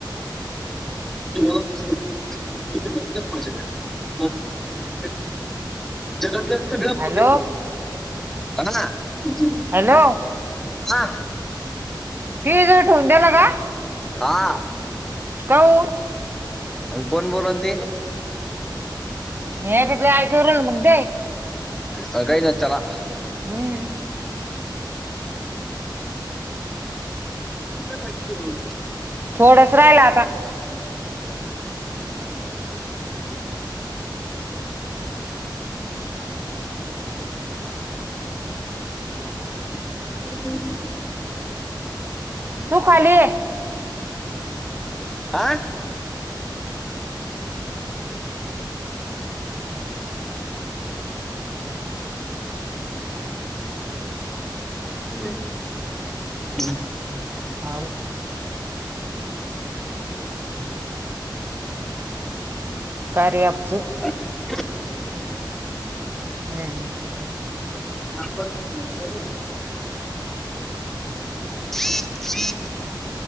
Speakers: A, in the centre; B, on the right.
A: <inaudible> जगातल्या सगळ्या <unintelligible>
B: हॅलो
A: बोलाव, बनाना तुझ
B: हॅलो
A: हा
B: ते ग ठेवून द्याला का?
A: हा
B: काऊन?
A: काय अन कोण बोलान ते?
B: <unintelligible>
A: सगळे जण चला
B: हम्म
A: काय पाहिजे तुम्हाला?
B: थोडच राहिलं आता
A: <unintelligible>
B: तू खाली ये.
A: आ हम
B: <inaudible>
A: <unintelligible>
B: <unintelligible> कार्य अँप च
A: <inaudible>
B: हम्म हम्म
A: <inaudible> <unintelligible>